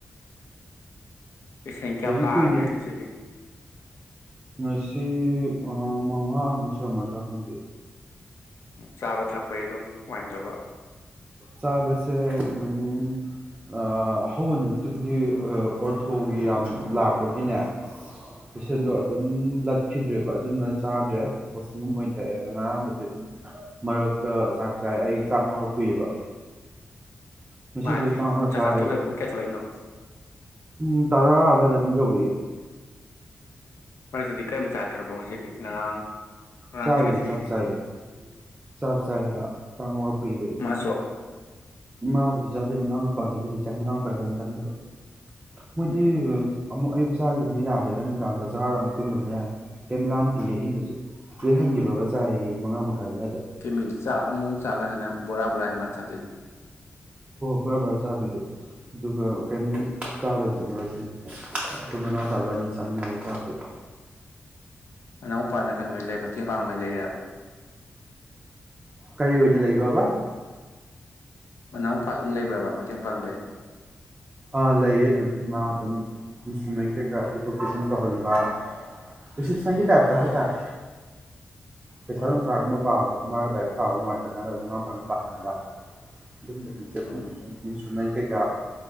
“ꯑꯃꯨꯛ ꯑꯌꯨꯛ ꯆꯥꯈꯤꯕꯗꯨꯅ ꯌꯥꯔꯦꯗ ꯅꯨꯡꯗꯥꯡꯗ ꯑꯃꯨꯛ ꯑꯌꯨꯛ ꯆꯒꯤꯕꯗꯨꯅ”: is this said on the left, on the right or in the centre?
Right